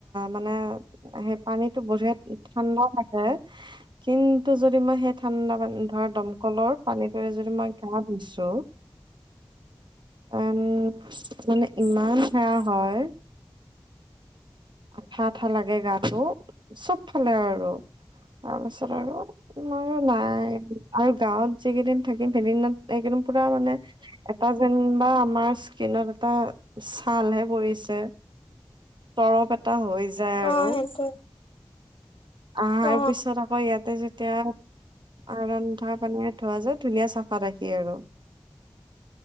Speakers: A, on the right (about 60°); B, on the left (about 75°).
A: মানে সেই পানীতটো বঢ়িয়া ঠাণ্ডা থাকে কিন্তু যদি মই সেই ঠাণ্ডা মান ধৰা দমকলৰ পানীত যদি মই ক পিছো উম মানে ইমান সেয়া হয় আঠা আঠা লাগে গাটো চব ফালে আৰু তাৰপিছত আৰু আৰু নাই আৰু গাঁৱত যিিকেইদিন থাকিম সেইদিনত এইেইদিন পুৰা মানে এটা যেনিবা আমাৰ স্কিনত এটা ছালহে পৰিছে তৰপ এটা হৈায় যায়
B: অ
A: আৰু
B: সেইটোৱে
A: আহাৰ
B: অ
A: পিছত আকৌ ইয়াতে যেতিয়া আইণ থ থোৱা যায় ধুনীয়া চফা ৰাখি আৰু